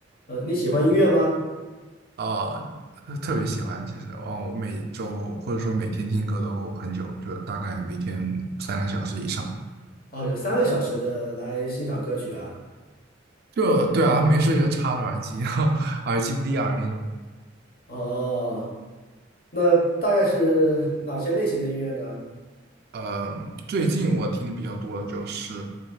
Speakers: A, on the left; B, on the right.
A: 呃，你喜欢音乐吗？
B: 啊，特别喜欢。其实，哦，我每周或者说每天听歌都很久，就大概每天三个小时以上。
A: 哦，有三个小时的来欣赏歌曲啊。
B: 就对啊，没事就插着耳机，<laughs> 耳机不离耳那种。
A: 哦，那大概是哪些类型的音乐呢？
B: 嗯，最近我听的比较多的就是